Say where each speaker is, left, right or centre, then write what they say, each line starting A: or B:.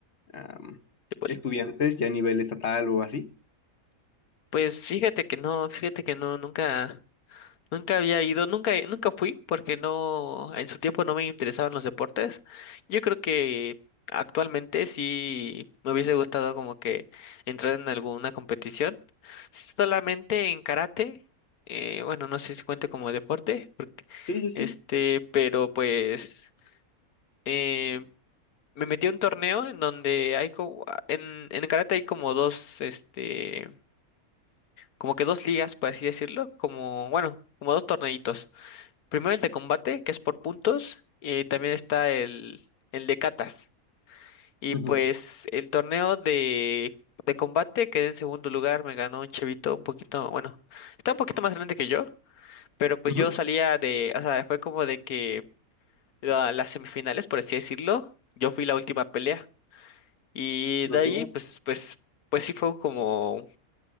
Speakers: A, on the left; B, on the left.
A: am,
B: de boli.
A: estudiantes ya a nivel estatal o así.
B: Pues fíjate que no, fíjate que no, nunca. Nunca había ido, nunca, nunca fui porque no, en su tiempo no me interesaban los deportes. Yo creo que actualmente sí me hubiese gustado como que entrar en alguna competición. Solamente en karate, eh, bueno, no sé si cuenta como deporte, porque,
A: Sí, sí,
B: este,
A: sí.
B: pero pues eh, me metí a un torneo en donde hay como, en, en karate hay como dos, este, como que dos ligas, por así decirlo, como, bueno, como dos torneitos. Primero el de combate, que es por puntos, y también está el, el de catas. Y
A: Ujú,
B: pues el torneo de, de combate quedé en segundo lugar, me ganó un chavito un poquito, bueno, está un poquito más grande que yo, pero pues
A: ujú.
B: yo salía de, o sea, fue como de que la- las semifinales, por así decirlo, yo fui la última pelea. Y
A: Ok.
B: de ahí, pues, pues, pues sí fue como,